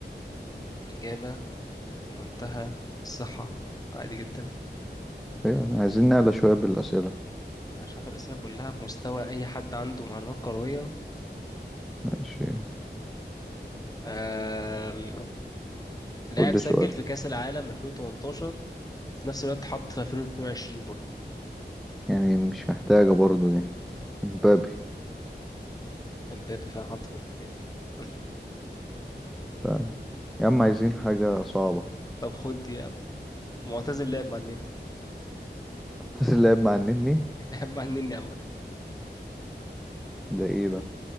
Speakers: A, on the left; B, in the centre.
A: اجابه في منتهى الصحه عادي جدا
B: ايوه عايزين نعلى شوية بالأسئلة
A: انا مش عارف الاسئله كلها في مستوى اي حد عنده معلومات كرويه
B: ماشي
A: أم... لاعب
B: قول لي
A: سجل
B: سؤال
A: في كاس العالم 2018 في نفس الوقت حط في 2022 برضه
B: يعني مش محتاجة برضو دي مبابي
A: امبابي فعلا حط في الاثنين <laughs>
B: ف- يا عم عايزين حاجة صعبة
A: طب خد دي يا عم معتزل لعب مع النني
B: بس اللاعب مع النني
A: <laughs> لعب مع النني عامه
B: ده ايه ده